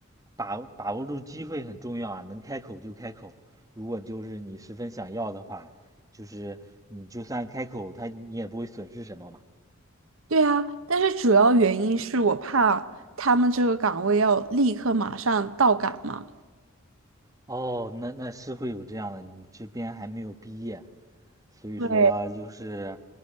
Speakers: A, on the right; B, on the right.
A: 把把握住机会很重要啊，能开口就开口。如果就是你十分想要的话，就是你就算开口，他你也不会损失什么嘛。
B: 对啊，但是主要原因是我怕他们这个岗位要立刻马上到岗嘛。
A: 哦，那那是会有这样的，你这边还没有毕业，所以说就是
B: 对，